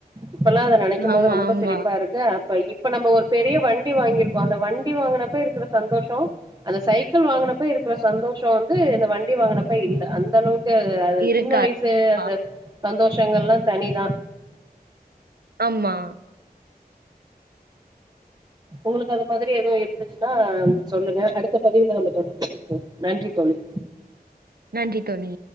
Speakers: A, on the right; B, on the right.
A: இப்பலா அத நெனைக்கும்போது
B: ஆமா
A: ரொம்ப
B: ஆமா
A: சிரிப்பா இருக்கு அப்ப இப்ப நம்ப ஒரு பெரிய வண்டி வாங்கியிருப்போ அந்த வண்டி வாங்கினப்ப இருக்குற சந்தோஷோ அந்த சைக்கிள் வாங்குனப்ப இருக்கிற சந்தோ ஷோ வந்து இந்த வண்டி வாங்குனப்ப இல்ல அந்த அளவுக்கு கேது அது
B: இருக்காது
A: சின்ன வய்சு அந்த
B: ஆ,
A: சந்தோஷங்கள்லா தனிதா
B: ஆமா
A: உங்களுக்கு அது மாதிரி ஏதும் இருந்துச்சுன்னா சொல்லுங்க அடுத்த பதிவுல நம்ம தொடர்ந்து பேசுவோ நன்றி தோழி
B: நன்றி தோழி